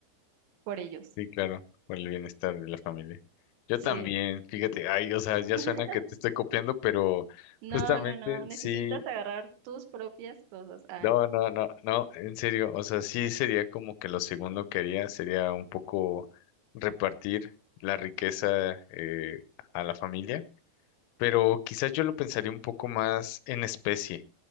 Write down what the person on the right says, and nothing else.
por ellos.
Sí.
<laughs>
No,
no, no, necesitas
agarrar tus propias cosas. Ah,